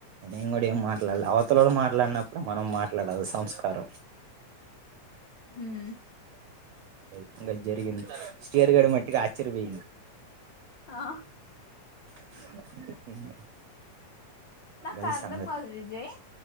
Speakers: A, on the right (about 75°); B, on the left (about 70°).
A: నేను కూడా ఏం మాట్లాడదు అవతలోడు మాట్లాడినప్పుడు మనం మాట్లాడాలి సంస్కారం
B: మ్మ్
A: <inaudible> జరిగింది శ్రీయర్ గడ మట్టికి ఆశ్చర్యపోయింది
B: ఆ
A: <inaudible>
B: నాకు
A: గది
B: అర్ధం
A: సంగతి
B: కాదు విజయ్